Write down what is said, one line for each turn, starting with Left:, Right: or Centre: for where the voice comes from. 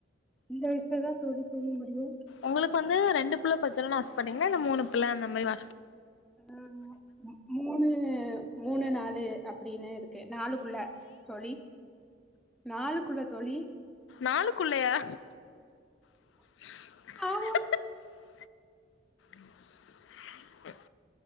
Centre: இந்த வயசுல தா தோழி தூங்க முடியூ
Left: உங்களுக்கு வந்து ரெண்டு பிள்ள பெத்துக்கணூனு ஆசப்பட்டீங்களா இல்ல மூணு பிள்ள அந்த மாரி ஆச
Centre: ஆ மு மு மூணு மூணு நாலு அப்டின்னு இருக்கு நாலுக்குள்ள தோழி நாலுக்குள்ள தோழி
Left: நாலுக்குள்ளயா <unintelligible>
Centre: ஆமா
Left: ம்